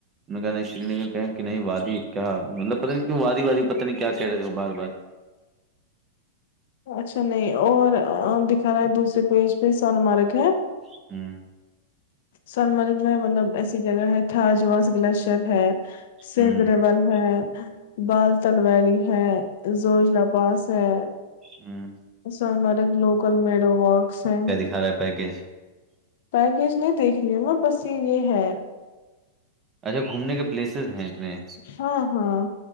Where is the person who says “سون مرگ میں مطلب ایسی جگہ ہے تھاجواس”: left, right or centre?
Left